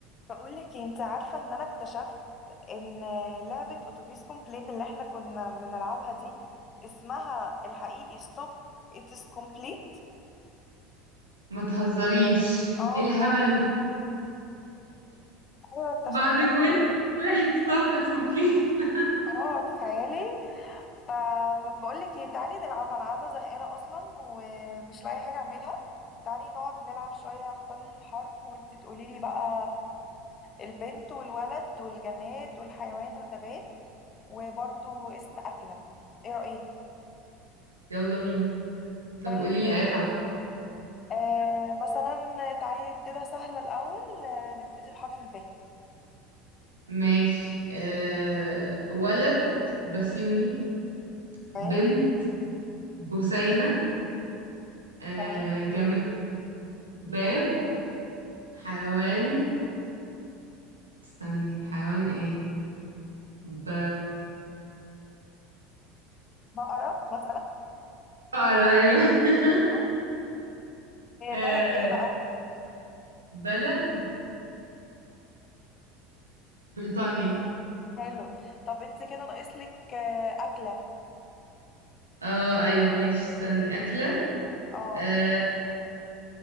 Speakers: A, on the left; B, on the right.
A: بقول لك إيه، انت عارفه ان انا اكتشفت ان لعبه اتوبيس كومبليت اللي احنا كنا بنلعبها دي اسمها الحقيقي ستوب اتس كومبليت
B: ما تهزريش
A: اه
B: ايه الهبل
A: بجد
B: ده
A: ايوه اكتشفتها
B: بعد كل واحد stop it's complete
A: اه تخيلي فبقول لك ايه تعالي نلعبها انا قاعده زهقانه اصلا ومش لاقي حاجه اعملها تعالي نقعد نلعب شويه اختار الحرف وانت تقولي لي بقى البنت والولد والجماد والحيوان والنبات وبرضو اسم اكله ايه رايك
B: يلا بينا طب
A: تمام
B: قوليلي اي حرف
A: آه مثلا تعالي نبتدي سهلة الأول آه نبتدي بحرف الب
B: ماشي أه... ولد بسيوني
A: تمام
B: بنت بوسينة أه...
A: تمام
B: جماد باب حيوان استني حيوان ايه ب
A: بقرة مثلا
B: بقرة ايوه
A: آه،
B: <laughs> أه...
A: بلد ايه بقى
B: بلد بريطانيا
A: حلو طب انت كده ناقصلك آه أكلة
B: اه ايوه ماشي استني اكلة
A: اه
B: أه...